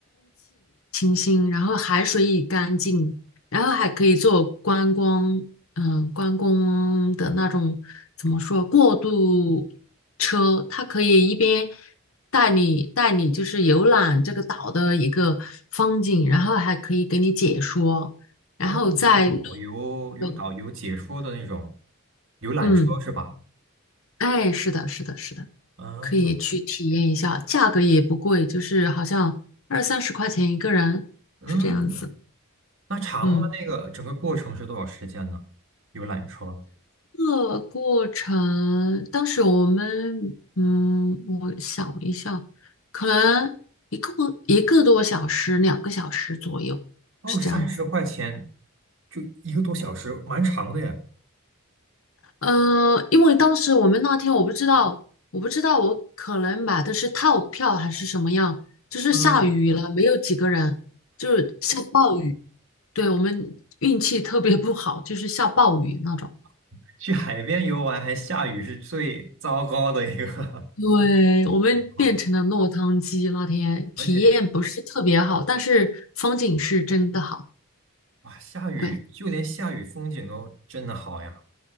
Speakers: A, on the left; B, on the right.
A: 清，然后海水也干净，然后还可以做观光，嗯，观光的那种怎么说过渡车，它可以一边带你带你就是游览这个岛的一个风景，然后还可以给你解说，然后在路
B: 哦，有导游，有导游解说的那种
A: 对，
B: 游览车是吧？
A: 嗯。哎，是的，是的，是的，
B: 啊，
A: 可以去体验一下，价格也不贵，就是好像二三十块钱一个人，
B: 嗯，
A: 是这样子。
B: 那长吗？
A: 嗯，
B: 那个整个过程是多少时间呢？游览车，
A: 这个过程，当时我们，嗯，我想一下，可能一个一个多小时，两个小时左右，
B: 哦，
A: 是这样子。
B: 三十块钱，就一个多小时，蛮长的呀。
A: 嗯、因为当时我们那天我不知道，我不知道我可能买的是套票还是什么样，就是下雨了，
B: 嗯，
A: 没有几个人，就是下暴雨。对，我们运气特别不好，就是下暴雨那种。
B: <laughs> 去海边游玩还下雨是最糟糕的一个
A: 对，
B: <laughs>
A: 我们变成了落汤鸡，
B: 情况，
A: 那天体验不是特别好，
B: 而且呀
A: 但是风景是真的好。
B: 哇，下雨就连下雨风景都真的好呀。
A: 对，